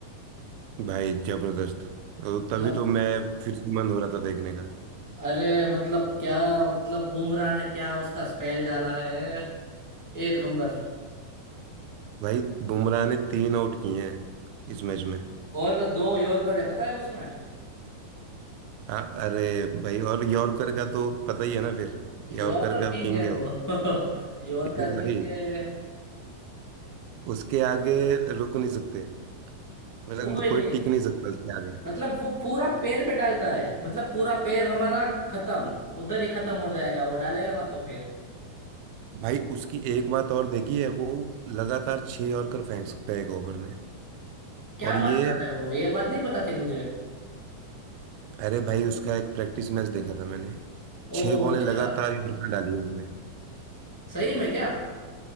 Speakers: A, on the right (about 85°); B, on the left (about 15°).
A: भाई जबरदस्त तो
B: मतलब
A: तभी तो मैं फिर से मन हो रहा था देखने का
B: अरे मतलब क्या मतलब बुमराह ने क्या उसका स्पेल डाला है एक नंबर
A: भाई बुमराह ने तीन आउट किए हैं इस मैच में
B: और दो यॉर्कर है पता है उसमें
A: आ, अरे भाई और यॉर्कर का तो पता ही है ना फिर
B: यॉर्कर
A: यॉर्कर का
B: किंग
A: किंग
B: है
A: है
B: वो
A: वो
B: <laughs> यॉर्कर
A: <laughs> भाई
B: किंग है
A: उसके आगे रुक नहीं सकते मतलब
B: कोई
A: कोई
B: नहीं
A: टिक नहीं सकता उसके आगे
B: मतलब वो पूरा पैर पे डालता है मतलब पूरा पैर हमारा खत्म उधर ही खत्म हो जाएगा वो डालेगा ना तो फिर
A: भाई उसकी एक बात और देखी है वो लगातार छह यॉर्कर फेंक सकता है एक ओवर में
B: क्या
A: और
B: बात
A: ये
B: कर रहे हो ये बात नहीं पता थी मुझे
A: अरे भाई उसका एक प्रैक्टिस मैच देखा था मैंने छह
B: ओ
A: बॉलें
B: अच्छा
A: लगातार यॉर्कर डाली उसने
B: सही में क्या